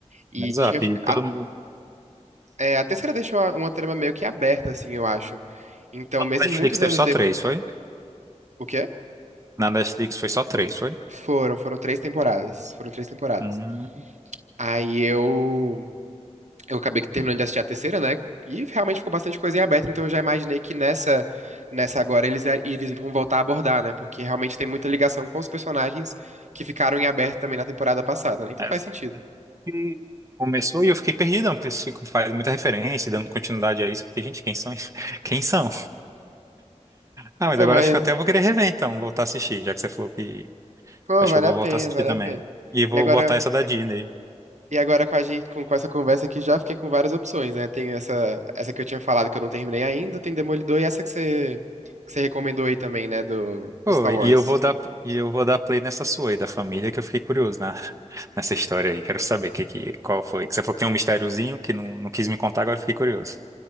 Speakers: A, on the right; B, on the right.
A: E
B: Exato.
A: tinha, fic-
B: E todo
A: a,
B: mundo.
A: é, a terceira deixou a- uma trama meio que aberta, assim, eu acho. Então,
B: Na
A: mesmo
B: Netflix
A: muitos
B: teve
A: anos
B: só
A: depois.
B: três, foi?
A: O quê?
B: Na Netflix foi só três, foi?
A: Foram, foram três temporadas. Foram três temporadas.
B: Hum.
A: Aí eu Eu acabei que terminando de assistir a terceira, né? E realmente ficou bastante coisa em aberto, então eu já imaginei que nessa, nessa agora eles, eles iam voltar a abordar, né? Porque realmente tem muita ligação com os personagens que ficaram em aberto também na temporada passada, né? Então
B: Aí
A: faz
B: eu
A: sentido.
B: fiquei- Começou e eu fiquei perdidão, porque eles ficam fazendo muita referência, e dando continuidade a isso. Eu fiquei, gente, quem são? esses- <laughs> Quem são? Ah, mas
A: Pô,
B: agora
A: mas,
B: acho que até eu vou querer rever, então, voltar a assistir, já que você falou que.
A: pô,
B: Acho
A: vale
B: que eu vou
A: a pena,
B: voltar a assistir
A: vale
B: também.
A: a pena.
B: E vou
A: E agora,
B: botar essa da Disney.
A: e agora com a gente, com, com essa conversa aqui, já fiquei com várias opções, né? Tem essa, essa que eu tinha falado que eu não terminei ainda, tem Demolidor e essa que você, que você recomendou aí também, né? Do,
B: Pô,
A: do Star
B: e
A: Wars.
B: eu vou dar, e eu vou dar play nessa sua aí, da família, que eu fiquei curioso na, <laughs> nessa história aí. Quero saber que, que, qual foi. Que você falou que tem um mistériozinho que não, não quis me contar, agora eu fiquei curioso.